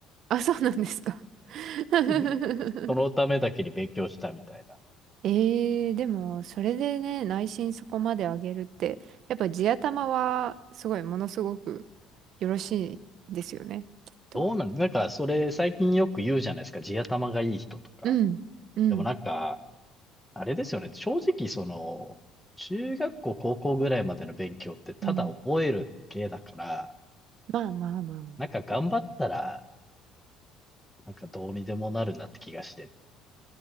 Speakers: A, on the right; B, in the centre.
A: あ、そうなんですか。<laughs>
B: <laughs> そのためだけに勉強したみたいな。
A: ええ、でも、それでね、内心そこまで上げるって、やっぱ地頭は、すごい、ものすごくよろしいんですよね、きっと。
B: どうなんなんか、それ最近よく言うじゃないですか。地頭がいい人とか。
A: うん、うん、
B: でもなんか、あれですよね。正直、その、中学校、高校ぐらいまでの勉強ってただ覚えるだけだから、
A: うん。まあまあまあまあ。
B: なんか頑張ったら、なんかどうにでもなるなって気がしてて。